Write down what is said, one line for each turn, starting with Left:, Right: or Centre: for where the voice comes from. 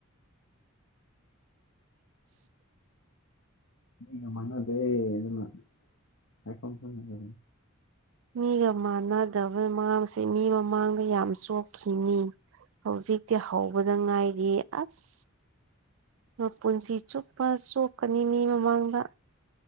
Right: <inaudible>
Left: ꯃꯤꯒ ꯃꯅꯗꯦ ꯑꯗꯨꯅ ꯍꯥꯏꯐꯝ ꯈꯪꯗꯦ
Right: ꯃꯤꯒ ꯃꯥꯟꯅꯗꯕꯩ ꯃꯥꯡꯁꯦ ꯃꯤ ꯃꯃꯥꯡꯗ ꯌꯥꯝ ꯆꯣꯛꯈꯤꯅꯤ ꯍꯧꯖꯤꯛꯇꯤ ꯍꯧꯕꯗ ꯉꯥꯏꯔꯤ ꯑꯁ ꯄꯨꯟꯁꯤ ꯆꯨꯞꯄ ꯆꯣꯛꯀꯅꯤ ꯃꯤ ꯃꯃꯥꯡꯗ